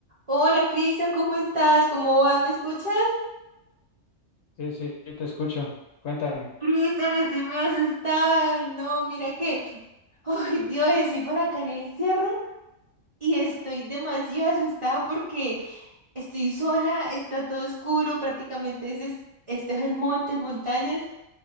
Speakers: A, on the right; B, on the left.
A: Hola Cristian, ¿cómo estás? ¿Cómo vas? ¿Me escuchas?
B: Sí, sí, sí, te escucho. Cuéntame.
A: Cristian, estoy muy asustada. No, mira que, ay Dios, estoy por acá en el cerro y estoy demasiado asustada porque estoy sola, está todo oscuro, prácticamente este es, este es el monte, montañas,